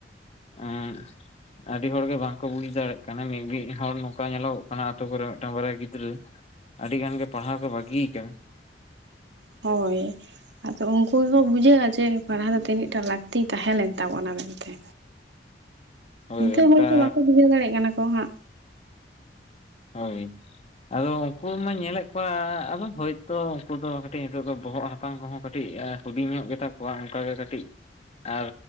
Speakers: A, on the left (about 40°); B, on the right (about 80°).
A: ᱮᱸᱜ ᱟᱹᱰᱤ ᱦᱚᱲᱜᱮ ᱵᱟᱝᱠᱚ ᱵᱩᱡᱽ ᱫᱟᱲᱮᱭᱟᱜ ᱠᱟᱱᱟ, ᱢᱤᱫ ᱢᱤᱫ ᱦᱚᱲ ᱱᱚᱝᱠᱟ ᱧᱮᱞᱚᱜᱚᱜ ᱠᱟᱱᱟ ᱟᱛᱳ ᱠᱚᱨᱮ ᱢᱤᱫᱴᱟᱝ ᱵᱟᱨᱭᱟ ᱜᱤᱫᱽᱨᱟᱹ। ᱟᱹᱰᱤ ᱜᱟᱱ ᱜᱮ ᱯᱟᱲᱦᱟᱣ ᱠᱚ ᱵᱟᱹᱜᱤ ᱠᱟᱜᱼᱟ।
B: ᱦᱳᱭ। ᱟᱫᱚ ᱩᱱᱠᱩ ᱠᱤ ᱠᱚ ᱵᱩᱡᱷᱟᱹᱣᱟ ᱡᱮ, ᱯᱟᱲᱦᱟᱣ ᱫᱚ ᱛᱤᱱᱟᱹᱜ ᱴᱟ ᱞᱟᱹᱠᱛᱤ ᱛᱟᱦᱮᱸ ᱞᱮᱱ ᱛᱟᱵᱚᱱᱟ ᱢᱮᱱᱛᱮ।
A: ᱦᱳᱭ
B: ᱱᱤᱛᱚᱜ
A: ᱚᱱᱠᱟ
B: ᱵᱳᱞᱛᱳ ᱵᱟᱠᱚ ᱵᱩᱡᱷᱟᱹᱣ ᱫᱟᱲᱮᱭᱟᱜ ᱠᱟᱱᱟ ᱠᱚ ᱦᱟᱸᱜ।
A: ᱦᱳᱭ। ᱟᱫᱚ ᱩᱱᱠᱩ ᱢᱟᱧ ᱧᱮᱞᱮᱫ ᱠᱚᱣᱟᱻ ᱟᱫᱚ ᱦᱳᱭᱛᱚ ᱩᱱᱠᱩ ᱫᱚ ᱠᱟᱹᱴᱤᱡ ᱱᱤᱛᱚᱜ ᱫᱚ ᱵᱚᱦᱚᱜ ᱦᱟᱛᱟᱝ ᱠᱚᱦᱚᱸ ᱠᱟᱹᱴᱤᱡ ᱟ ᱼᱼ ᱦᱩᱵᱤᱧ ᱧᱚᱜ ᱜᱮ ᱛᱟᱠᱚᱣᱟ ᱚᱱᱠᱟ ᱜᱮ ᱠᱟᱹᱴᱤᱡ᱾ ᱟᱨ